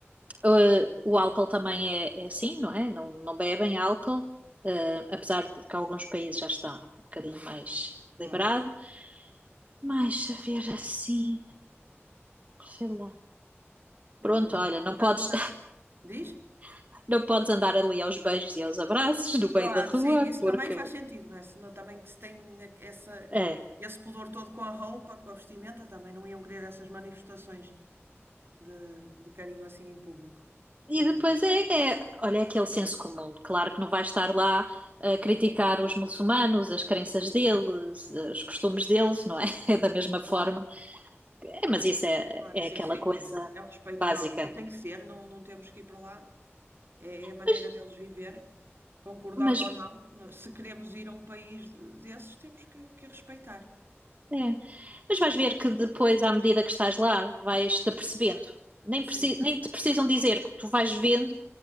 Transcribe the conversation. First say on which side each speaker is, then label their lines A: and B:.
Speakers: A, on the right; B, on the right.
A: Uh, o álcool também é, é assim, não é? Não, não bebem álcool, uh, apesar de que alguns países já está um bocadinho mais
B: Claro.
A: liberado. Mais saber assim, sei lá.
B: Ah,
A: Pronto,
B: Mas
A: olha,
B: já
A: não
B: já
A: podes,
B: me está. Diz?
A: <laughs> não podes andar ali aos beijos e aos abraços no
B: Claro,
A: meio da rua,
B: sim, isso
A: porque
B: também faz sentido, não é? Senão também que se tem a- essa,
A: é.
B: esse pudor todo com a roupa, com a vestimenta, também não iam querer essas manifestações. de, de carinho assim em público.
A: E
B: Poxa.
A: depois é, é, olha, é aquele senso comum. Claro que não vais estar lá a criticar os muçulmanos, as crenças deles, os costumes deles, não é? <laughs> É da mesma forma.
B: Claro.
A: É, mas isso é,
B: Claro
A: é
B: que sim,
A: aquela
B: sim.
A: coisa
B: É, é o respeito
A: básica.
B: normal, tem que ser, não, não temos que ir para lá. É, é a maneira
A: Mas,
B: deles viverem, concordando
A: mas,
B: ou não. No- Se queremos ir a um país de- desses, temos que, que respeitar.
A: é. Mas vais ver que depois, à medida que estás lá, vais-te apercebendo. Nem,
B: Sim,
A: preci- nem te precisam dizer que tu vais vendo